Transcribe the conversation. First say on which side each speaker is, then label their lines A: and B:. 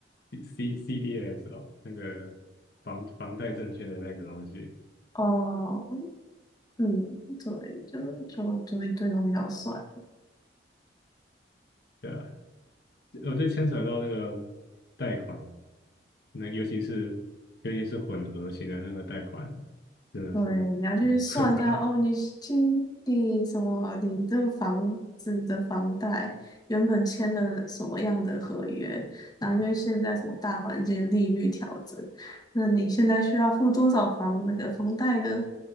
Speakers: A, on the left; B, on the left.
A: C C CDS 哦，那个房房贷证券的那个东西。
B: 哦嗯，对，就就就一堆东西要算，
A: 对吧？我就牵扯到那个贷款，那尤其是尤其是混合型的那个贷款，真的是很复杂。
B: 对，你要去算它哦，你今你什么，你这个房子的房贷原本签了什么样的合约，那因为现在什么大环境利率调整，那你现在需要付多少房那个房贷呢？